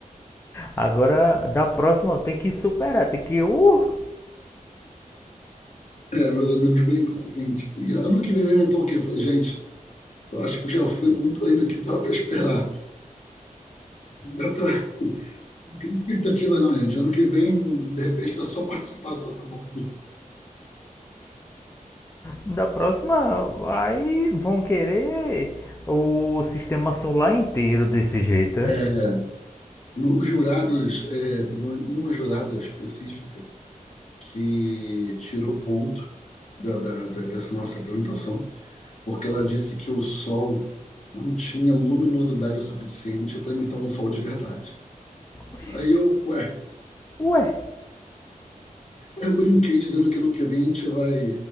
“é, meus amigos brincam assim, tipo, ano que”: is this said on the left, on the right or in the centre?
Left